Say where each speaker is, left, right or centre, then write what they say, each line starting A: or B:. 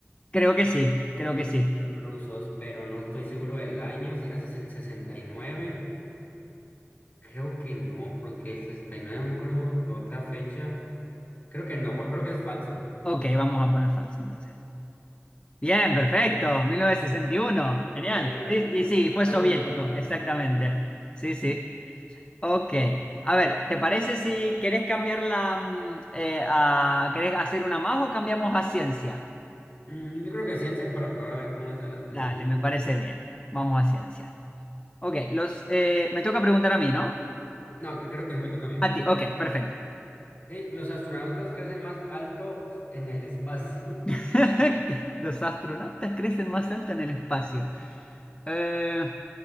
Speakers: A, on the left; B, on the left.
A: Creo que sí, creo que sí.
B: eran rusos, pero no estoy seguro del año, si era ses- el 69, creo que no, porque el 69 no me acuerdo de otra fecha, creo que no, creo que es falso.
A: Ok, vamos a poner falso entonces. Bien, perfecto.
B: Así,
A: 1961.
B: ahí va. Sí,
A: Genial.
B: yo llegaba
A: Sí,
B: ahí.
A: y sí,
B: Y más
A: fue soviético,
B: o no me acordaba.
A: exactamente. Sí, sí. Ok. A ver, ¿te parece si querés cambiarla mm, eh, a- ¿Querés hacer una más o cambiamos a ciencia?
B: Mm, yo creo que ciencia, para probar a ver cómo están las de
A: Dale,
B: ciencia.
A: me parece bien. Vamos a ciencia. Ok, los, eh, me toca preguntar a mí, ¿no?
B: No, que creo que sí me toca a mí.
A: A ti, ok, perfecto.
B: Sí, los astronautas crecen más alto en el espacio. <laughs>
A: <laughs> Los astronautas crecen más alto en el espacio. Eh,